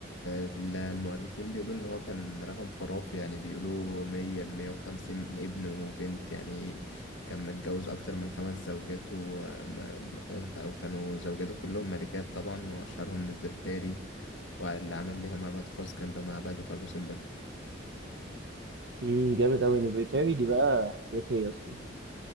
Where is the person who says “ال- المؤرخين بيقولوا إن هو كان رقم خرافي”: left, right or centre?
Left